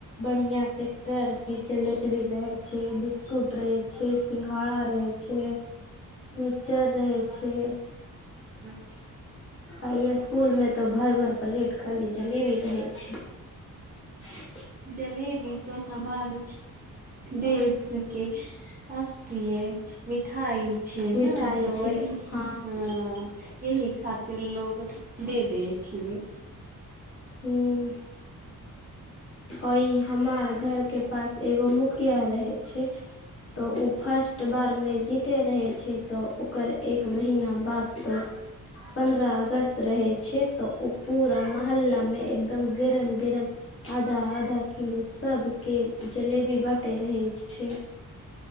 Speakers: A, on the left (about 40°); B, on the right (about 25°).
A: बढ़िया सँ कर के जलेबी रहे छै बिस्कुट रहे छै सिंघाड़ा रहे छै छै मिक्चर रहे छै
B: अच्छा
A: आइ स्कूल मे तऽ भर भर प्लेट खाली जलेबी रहे छै <inaudible>
B: जलेबी त हमार देश के राष्ट्रिये मिठाइ छिये
A: मिठाई
B: न तऽ
A: छै
B: वही
A: हँ
B: ह यही खातिर लोग दे दै छियै
A: हूँ ओ ई हमर घर के पास एगो मुखिया रहै छै तऽ उ फर्स्ट बार मे जीते रहे छै तऽ ओकर एक एक महिना बाद तो पन्द्रह अगस्त रहै छै तऽ ओ पूरा माह हल्ला मे एकदम गरम गरम आधा आधा किलो सब के जलेबी बाँटे रहे छै